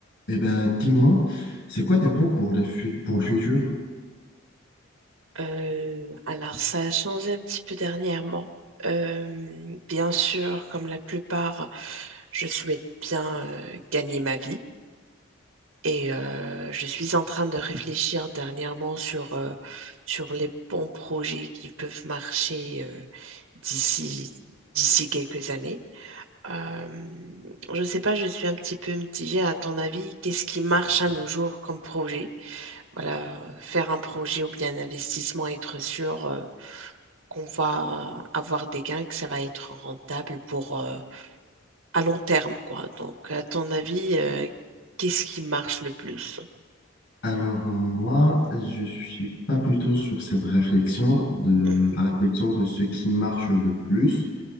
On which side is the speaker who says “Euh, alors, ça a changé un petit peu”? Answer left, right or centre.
Right